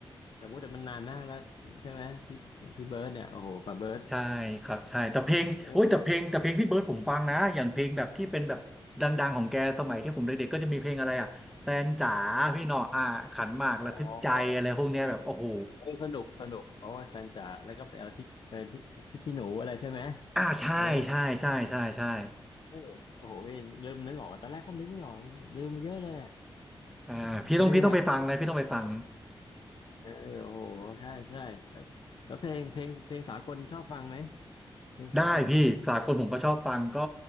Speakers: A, on the left; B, in the centre.
A: แต่ว่าแต่มันนานมากแล้วใช่ไหมพี่ของพี่เบิร์ดเนี่ยโอ้โหป้าเบิร์ด
B: ใช่ครับใช่แต่เพลงโอ้ยแต่เพลงแต่เพลงพี่เบิร์ดผมฟังนะอย่างเพลงแบบที่เป็นแบบดังๆของแกสมัยที่ผมเด็กๆก็จะมีเพลงอะไรอ่ะแฟนจ๋าพี่หนออ่าขันหมากระทึกใจอะไรพวกเนี้ยแบบโอ้โห
A: เอออ๋อ เออสนุกสนุกโอ้ยแฟนจ๋าแล้วก็ไปเอาพริกแฟนพริกพริกขี้หนูอะไรใช่ไหม
B: อ่าใช่ใช่ใช่ใช่ใช่
A: เออเออโอ้โหพี่เริ่มนึกออกตอนแรกก็นึกไม่ออกลืมไปเยอะเลยอะ
B: อ่าพี่ต้องพี่ต้องไปฟังนะพี่ต้องไปฟัง
A: เพลงไงเออโอ้โหใช่ใช่แล้วแล้วเพลงเพลงเพลงสากลชอบฟังไหมเพลงสากล
B: ได้พี่สากลผมก็ชอบฟังก็